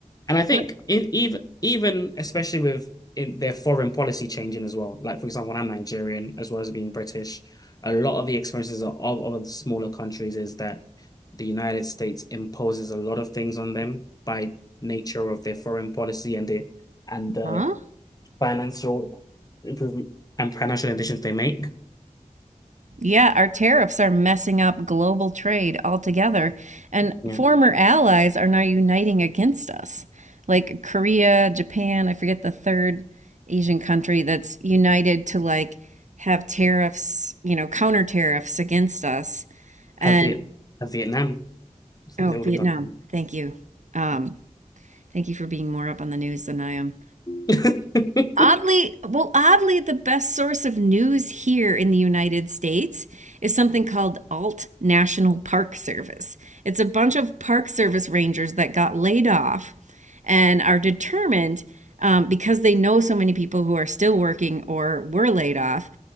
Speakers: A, on the left; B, on the right.
A: And I think
B: But,
A: if, even even especially with in their foreign policy changing as well, like for example, I'm Nigerian as well as being British. A lot of the experiences of other smaller countries is that the United States imposes a lot of things on them by nature of their foreign policy and the and the
B: huh?
A: financial improvement and financial additions they make.
B: Yeah, our tariffs are messing up global trade altogether, and
A: Yeah,
B: former allies are now uniting against us. Like Korea, Japan, I forget the third Asian country that's united to like have tariffs, you know, counter tariffs against us. And
A: have Viet have Vietnam. I think
B: oh,
A: they would
B: Vietnam,
A: have done.
B: thank you. Um, thank you for being more up on the news than I am.
A: <laughs>
B: Oddly, well, oddly, the best source of news here in the United States is something called Alt National Park Service. It's a bunch of Park Service rangers that got laid off and are determined um, because they know so many people who are still working or were laid off